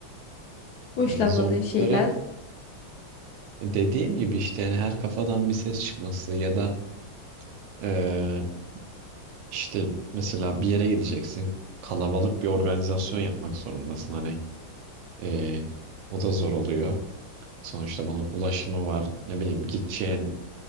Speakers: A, on the left; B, on the right.
A: Hoşlanmadığın
B: Yani zorlukları
A: şeyler. <laughs>
B: Dediğim gibi işte yani her kafadan bir ses çıkması ya da eee, işte mesela bir yere gideceksin kalabalık bir organizasyon yapmak zorundasın hani eee, o da zor oluyor. Sonuçta bunun ulaşımı var ne bileyim gideceğin